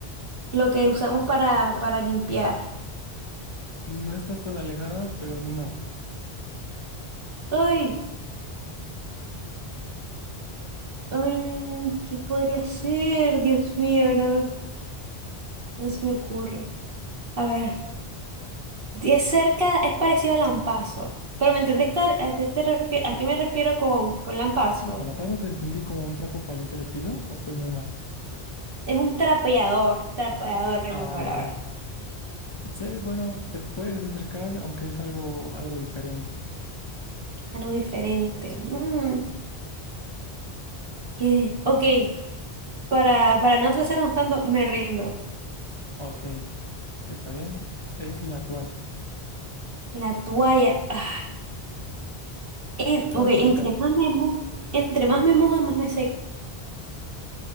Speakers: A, on the right; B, on the left.
A: lo que usamos para, para limpiar.
B: No estás tan alejada, pero no.
A: Ay, ay, ¿qué podría ser? Dios mío, no, no se me ocurre. A ver. Y es cerca, es parecido al lampazo. Pero ¿me entendés cuál- a qué, te refie- a qué me refiero con, con lampazo?
B: Mm, Con la pata te entendí como un trapo para limpiar el piso, o estoy muy mal.
A: Es un trapeador, trapeador es
B: Ah,
A: la
B: vale,
A: palabra.
B: vale. Sí, bueno, te puedes acercar, aunque es algo, algo diferente.
A: Algo diferente. Mm, ¿qué? Ok, para, para no atrasarnos tanto, me rindo.
B: Ok, está bien. Es la toalla.
A: La toalla. Ay. En-
B: Te estabas
A: ok,
B: acercando,
A: entre más me mojo, entre más me moja, más me seco.